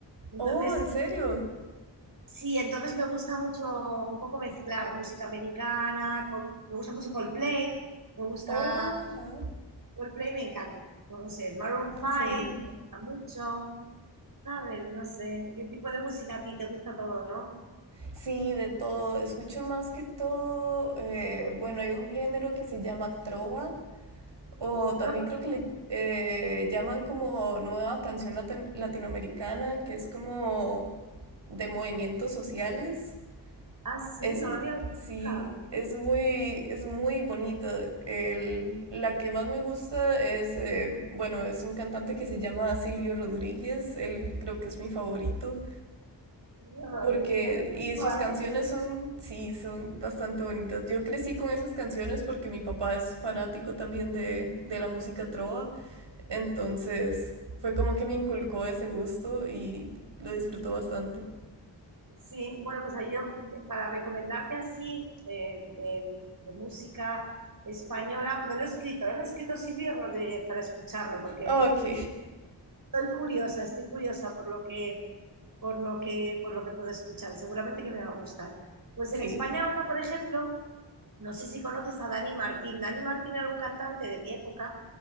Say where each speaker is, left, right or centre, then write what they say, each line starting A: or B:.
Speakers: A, on the right; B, on the right.
A: Entonces,
B: Oh, ¿en serio?
A: sí, entonces me gusta mucho un poco mezclar música americana, con, me gusta mucho Coldplay, me gusta
B: Oh, ajá.
A: Coldplay, me encanta. No lo sé, Maroon 5,
B: Sí.
A: me gusta mucho, ¿sabes? No sé, ¿qué tipo de música a ti te gusta todo, no?
B: Sí, de todo. Escucho más que todo. eh, bueno, hay un género que se llama trova, o
A: Pero-
B: también creo que le eh, llaman como nueva canción lati- latinoamericana, que es como de movimientos sociales.
A: ah, sí,
B: Es,
A: no lo había visto
B: sí,
A: nunca.
B: es muy, es muy bonita. El- la que más me gusta es, eh, bueno, es un cantante que se llama Silvio Rodríguez. Él creo que es mi favorito.
A: Mierda,
B: Porque,
A: Me lo explico,
B: y sus canciones
A: ¿eh?
B: son, sí, son bastante bonitas. Yo crecí con esas canciones porque mi papá es fanático también de, de la música trova. Entonces, fue como que me inculcó ese gusto y lo disfrutó bastante.
A: Sí, bueno, pues ahí yo para recomendarte así eh, de, de música española, me lo he escrito, ¿eh? Me he escrito Silvio Rodríguez para escucharlo, porque
B: Ah, Ok,
A: estoy curiosa, estoy curiosa por lo que, por lo que, por lo que puedo escuchar. Seguramente que me va a gustar. Pues
B: <laughs>
A: en España
B: sí.
A: ahora, por ejemplo, no sé si conoces a Dani Martín. Dani Martín era un cantante de mi época